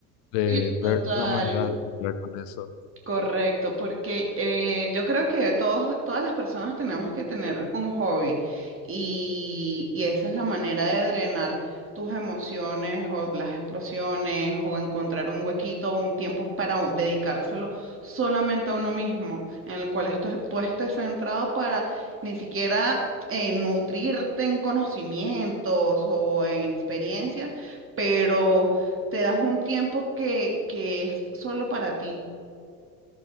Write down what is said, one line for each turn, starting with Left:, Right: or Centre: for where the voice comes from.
Left: de
Right: Sí, total.
Left: ver la manera de lidiar con eso.
Right: Correcto, porque eh, yo creo que todos, todas las personas tenemos que tener un hobby y, y esa es la manera de drenar tus emociones o las explosiones o encontrar un huequito o un tiempo para u- dedicárselo solamente a uno mismo, en el cual esto- tú estés centrado para ni siquiera eh, nutrirte en conocimientos o en experiencias, pero te das un tiempo que, que es solo para ti.